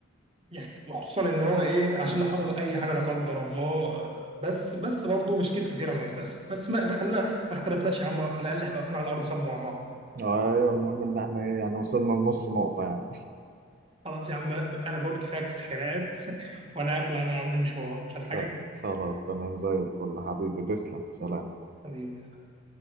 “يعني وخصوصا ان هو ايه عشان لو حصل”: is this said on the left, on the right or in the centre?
Right